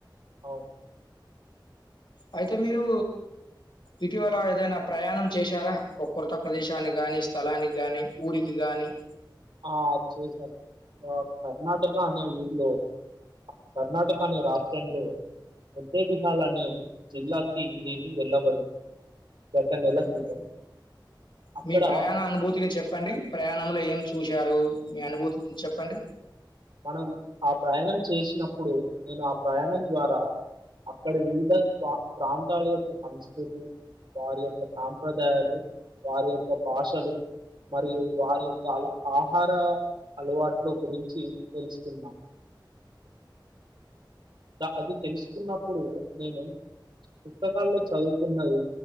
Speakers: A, on the right (about 65°); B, on the left (about 70°).
A: అవును
B: అయితే మీరు ఇటీవల ఏదైనా ప్రయాణం చేశారా ఒక కొత్త ప్రదేశాన్ని గాని స్థలానికి గాని ఊరికి గాని కానీ
A: ఆ చేసను కర్ణాటక అనే ఊర్లో కర్ణాటక అనే రాష్ట్రంలో ఎట్టే విధాలనే జిల్లాకి నేను వెళ్ళబడింది ఒక నెల
B: ఓకే.
A: క్రితం అక్కడ
B: మీ ప్రయాణ అనుభూతిని చెప్పండి ప్రయాణంలో ఏం చూశారు మీ అనుభూతి చెప్పండి
A: మనం ఆ ప్రయాణం చేసినప్పుడు నేను ఆ ప్రయాణం ద్వారా అక్కడ వివిధ ప్ర ప్రాంతాల యొక్క సంస్కృతి వారి యొక్క సాంప్రదాయాలు వారి యొక్క భాషలు మరియు వారి చాల ఆహార అలవాట్లు గురించి తెసుకున్నా అది తెలుసుకున్నప్పుడు నేను పుస్తకాల్లో చదువుకున్నది